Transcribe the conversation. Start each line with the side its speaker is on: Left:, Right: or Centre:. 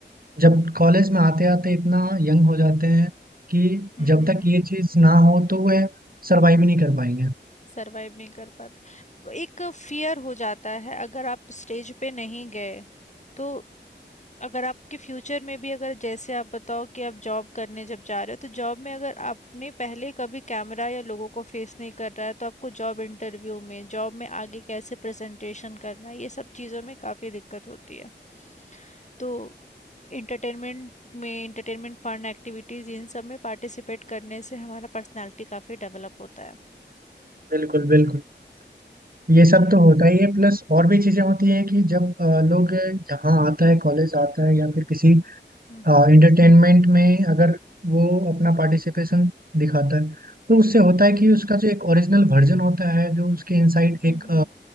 Right: जब कॉलेज में आते आते इतना यंग हो जाते हैं कि
Left: हुँ,
Right: जब
Left: हुँ,
Right: तक
Left: हुँ।
Right: ये चीज़ ना हो तो वह सरवाइव नहीं कर पाएंगे
Left: सर्वाइव नहीं कर पाते। एक फ़ियर हो जाता है अगर आप स्टेज पे नहीं गए, तो अगर आपके फ्यूचर में भी अगर जैसे आप बताओ कि आप जॉब करने जब जा रहे हो तो जॉब में अगर आपने पहले कभी कैमरा या लोगों को फेस नहीं कर रहा है तो आपको जॉब इंटरव्यू में जॉब में आगे कैसे प्रेजेंटेशन करना है ये सब चीज़ों में काफ़ी दिक्कत होती है तो इंटरटेनमेंट में इंटरटेनमेंट फन एक्टिविटीज़ इन सब में पार्टिसिपेट करने से हमारा पर्सनालिटी काफ़ी डेवलप होता है
Right: बिल्कुल बिल्कुल ये सब
Left: जी
Right: तो होता ही है प्लस और भी चीज़ें होती हैं कि जब अ, लोग यहाँ आता है कॉलेज आता है या फिर किसी
Left: हम्म
Right: हाँ
Left: हम्म
Right: एंटरटेनमेंट में अगर वो अपना पार्टिसिपेशन दिखाता है तो उससे होता है
Left: हम्म
Right: कि
Left: हम्म
Right: उसका जो एक ओरिजिनल वर्जन होता है जो उसके इनसाइड एक
Left: हम्म, हम्म, हम्म,